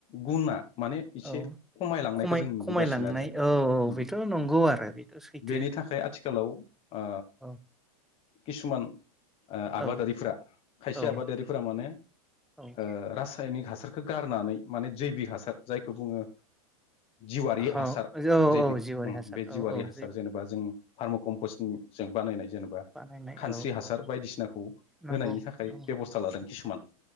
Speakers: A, on the left (about 30°); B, in the centre.
A: गुना माने एसे
B: औ
A: खमायलांनायखौ
B: खमाय
A: जों नुबोगासिनो
B: खमायलांनाय
A: आरो जेनेबा
B: औ औ
A: ओम
B: बेथ' नंगौ आरो बेथ' सैथो
A: बेनि थाखाय आथिखालाव ओ
B: ओ
A: किसुमान ओ
B: औ
A: आबादारिफोरा खायसे
B: औ
A: आबादारिफोरा माने ओ
B: औ
A: रासायनिक हासारखौ गार होननानै माने जैबि हासार जायखौ बुंङो जिउवारि
B: औ
A: हासार
B: औ
A: जैबि
B: औ जिउआरि
A: उम
B: हासार
A: बे जिवारि
B: औ औ
A: हासार
B: जै
A: जेनेबा जों फार्म' कम्पस्टनि जों बानायनाय जेनेबा
B: बानायनाय
A: खानस्रि
B: औ
A: हासार
B: औ
A: बायदिसिन होनायनि
B: नंगौ
A: थाखाय
B: नंगौ
A: बेबस्था लादों किसुमान